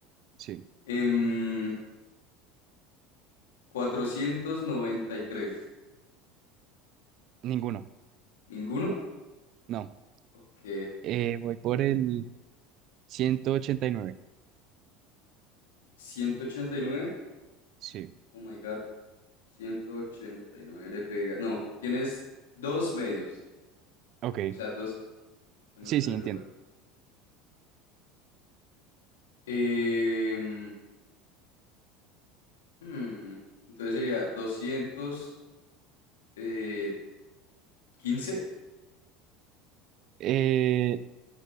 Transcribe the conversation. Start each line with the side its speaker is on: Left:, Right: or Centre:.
Right: sí.
Left: Em, cuatrocientos noventa y tres,
Right: Ninguno.
Left: ¿Ninguno?
Right: No.
Left: Ok.
Right: Eh, voy por el ciento ochenta y nueve,
Left: ciento ochenta y nueve,
Right: Sí.
Left: Oh my God. ciento ochenta y nueve le pega. No, tienes dos medios.
Right: Ok.
Left: O sea, dos que no
Right: Sí,
Left: están
Right: sí,
Left: en el
Right: entiendo.
Left: lugar. Em, hmm, entonces sería doscientos eh, quince
Right: Eh,